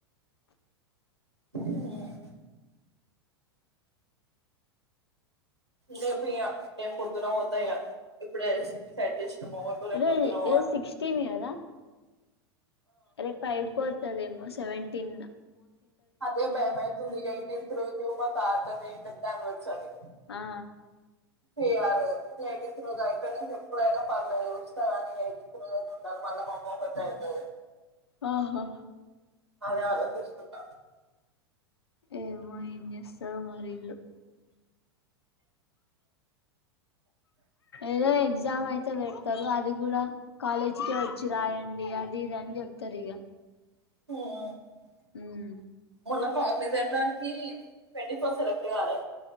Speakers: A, on the right; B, on the left.
A: హ్మ్ రేపు ఇయా రే పొద్దున పోత ఇగ ఇప్పుడే చేసినా మా వాళ్ళతోనే
B: ఏదో
A: పోదున్న పో
B: ఏదో
A: అని
B: సిక్స్టీన్ కదా రేపు అయిపోతదేమో సెవెంటీనా
A: అదే భయమైవుతుంది ఎయిటీన్ తూ మా తాత న దాన్ని వచ్చాడి
B: ఆ
A: చెయాలి ఇగ యైటీన్ త రోజు అయితే ఎప్పుడైనా పర్లేదు వస్తా కానీ యైటీన్ త రోజు అయితే ఉండాలి అల్ మా అమ్మ పట్టా అయితాది
B: ఆహా
A: అదే ఆలోచిస్తున్నా
B: ఏమో ఏం చేస్తారు మరి విల్లు ఏదో ఎగ్జామ్ అయితే పెడతారు అది కూడా కాలేజీకే వచ్చి రాయండి అది ఇది అని చెప్తారు ఇక
A: హ్మ్
B: మ్మ్
A: మన్న కాగ్నిజెంట్ డానికి ట్వంటీ ఫోర్ సెలెక్ట్ కాలే